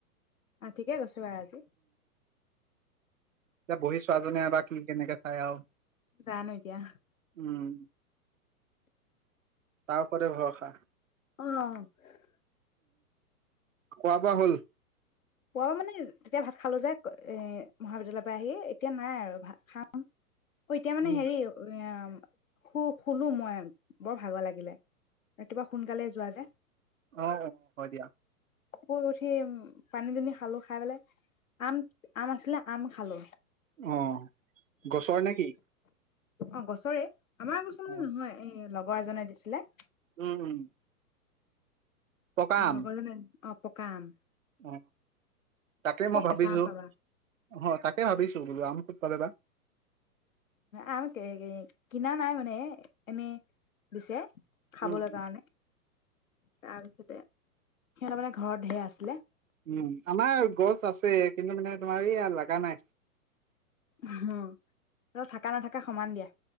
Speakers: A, on the left; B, on the right.
A: অ ঠিকে কৈছো বাৰু আজি
B: এতিয়া বহি চোৱা জনীয়ে এ বা কি কেনেকে চাই আও
A: জানো এটিয়া
B: উম তাৰ ওপৰতে ভৰসা।
A: অ
B: খোৱা বোৱা হ'ল।
A: পোৱাব মানে তেতিয়া ভাত খালোঁ যে মহাবিদ্যালয়ৰ পৰা আহি এতিয়া নাই আৰু ভাত খাম। অ এতিয়া মানে
B: উম
A: হেৰি হম্ খু শুলো মই বৰ ভাগৰ লাগিলে ৰাতিপুৱা সোনকালেই যোৱা যে
B: অ অ হ দিয়া।
A: হোঁ উঠি পানী দুনি খালো খাই পেলাই আম আম আছিলে আম খালো।
B: অ গছৰ নে কি?
A: অ গছৰে। আমাৰ গছ মানে
B: অ
A: নহয় এ লগ লগৰ এজনে দিছিলে
B: উম উম পকা আম
A: লগৰ জনে অ পকাআম
B: অ তাকে মই ভাবিছো
A: কেঁচা আম পাবা
B: অ তাকে ভাবিছো বোলো আম কত পাল বা
A: আম কিনা নাই মানে এনেই দিছে খাবলৈ
B: উম,
A: কাৰণে তাৰপিছতে সিহঁতৰ মানে ঘৰত ধেৰ আছিলে
B: উম আমাৰ গছ আছে কিন্তু মানে তোমাৰ ইয়া লগা নাই
A: উ হুহ থাক নাথাককা সমান দিয়া